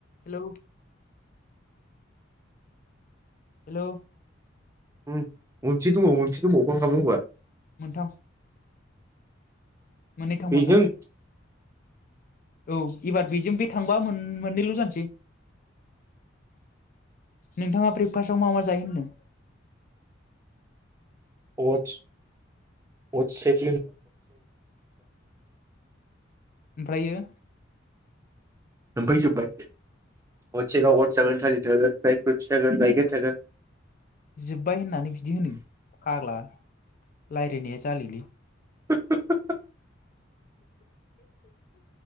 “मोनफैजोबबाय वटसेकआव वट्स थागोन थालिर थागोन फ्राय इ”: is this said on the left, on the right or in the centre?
Right